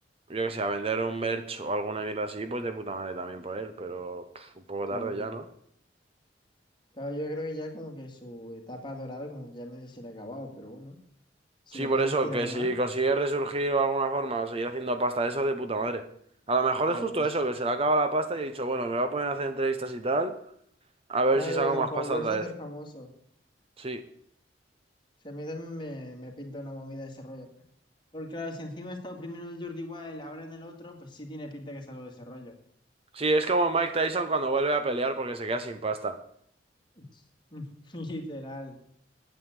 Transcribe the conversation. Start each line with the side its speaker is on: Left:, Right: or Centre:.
Right: qué sé, a vender un merch o alguna mierda así, pues de puta madre también por él, pero pf, un poco
Left: Sí.
Right: tarde ya, ¿no?
Left: Claro, yo creo que ya como que su etapa dorada como que ya medio se le ha acabado, pero bueno. Si
Right: Sí,
Left: lo
Right: por
Left: puedes
Right: eso,
Left: tirar
Right: que
Left: más,
Right: si consigue resurgir de alguna forma o seguir haciendo pasta, eso de puta madre. A lo mejor
Left: ya
Right: es justo
Left: ves.
Right: eso, que se le acaba la pasta y he dicho, bueno, me voy a poner a hacer entrevistas y tal, a ver
Left: Claro,
Right: si saco
Left: como
Right: más
Left: para
Right: pasta
Left: volverse
Right: otra
Left: a
Right: vez.
Left: hacer famoso. O
Right: Sí.
Left: sea, a mí también me, me pinta una movida de ese rollo. Porque claro, si encima está oprimiendo el Jordi Wild, ahora en el otro, pues sí tiene pinta que es algo de desarrollo.
Right: Sí, es como Mike Tyson cuando vuelve a pelear porque se queda sin pasta.
Left: <laughs> Literal.